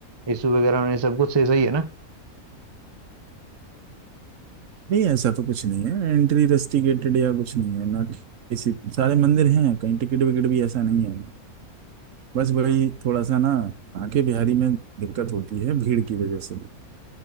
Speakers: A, on the right; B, on the right.
A: इशू वगैरह नहीं सब कुछ सही सही है ना
B: नहीं ऐसा तो कुछ नहीं है एंट्री रेस्ट्रिक्टेड या कुछ नहीं है ना किसी सारे मंदिर हैं कहीं टिकट विकट भी ऐसा नहीं है बस वही थोड़ा सा ना आके बिहारी में दिक्कत होती है भीड़ की वजह से तो